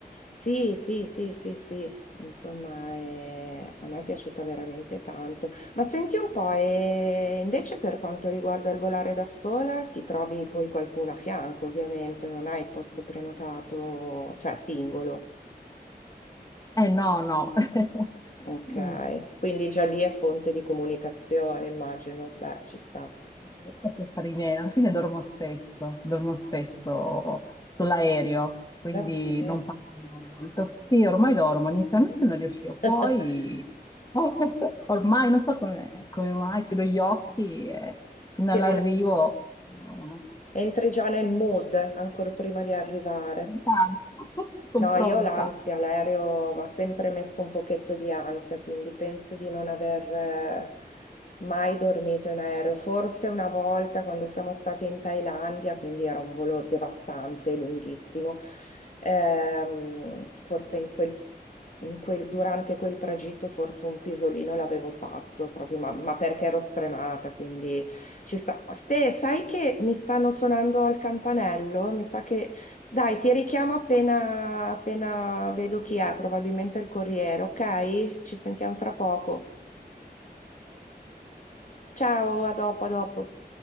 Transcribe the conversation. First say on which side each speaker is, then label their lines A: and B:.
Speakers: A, on the left; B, on the left.
A: Sì, sì, sì, sì, sì, insomma, eh, a me è piaciuta veramente tanto. Ma senti un po', e invece per quanto riguarda il volare da sola, ti trovi poi qualcuno a fianco, ovviamente, non hai il posto prenotato, cioè singolo,
B: Eh no, no. <laughs>
A: ok?
B: Mm.
A: Quindi già lì è fonte di comunicazione, immagino. Beh, ci sta.
B: Non so che fare i miei, alla fine dormo spesso, dormo spesso sull'aereo, quindi
A: Davvero.
B: non parlo molto. Sì, ormai dormo, inizialmente non riuscivo,
A: <laughs>
B: poi <laughs> ormai non so come, come mai, chiudo gli occhi e fino
A: Ti
B: all'arrivo
A: rila-
B: <laughs> no,
A: Entri già nel mood, ancora prima di arrivare.
B: no, sono
A: No,
B: pronta.
A: io ho l'ansia, l'aereo mi ha sempre messo un pochetto di ansia, quindi penso di non aver eh, mai dormito in aereo. Forse una volta quando siamo state in Thailandia, quindi era un volo devastante, lunghissimo, ehm, forse in quel, in quel- durante quel tragitto forse un pisolino l'avevo fatto, proprio, ma, ma perché ero stremata, quindi ci sta. Ste, sai che mi stanno suonando al campanello? Mi sa che dai, ti richiamo appena, appena vedo chi è, probabilmente il corriere, ok? Ci sentiamo fra poco. Ciao, a dopo, a dopo.